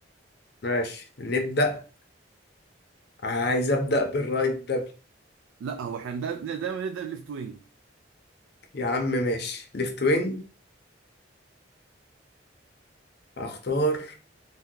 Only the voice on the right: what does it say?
لا هو احنا دا- دا- دايما نبدا بليفت وينج